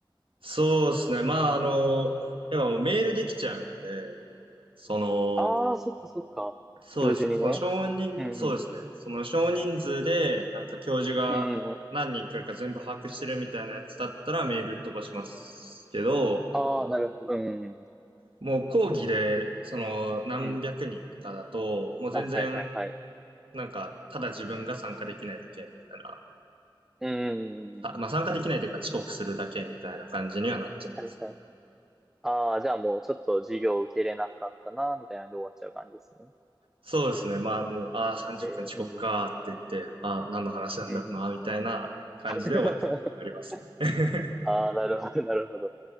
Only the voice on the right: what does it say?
そうですね。まあ、あの、やっぱもうメールできちゃうんで、その、
そうですね。
その少人、
そうですね。その少人数で、なんか教授が何人来るか全部把握してるみたいなやつだったらメール飛ばしますけど、
もう講義で、その何百人とかだと、
もう全然、
なんか、ただ自分が参加できないだけみたいな。
あまあ参加できないというか遅刻するだけみたいな感じにはなっちゃいます。
そうですね。まあもう、ああ、30分遅刻かって言って、
ああ、何の話なんだろうな、
みたいな感じで終わっちゃう時はありますね。
<laughs>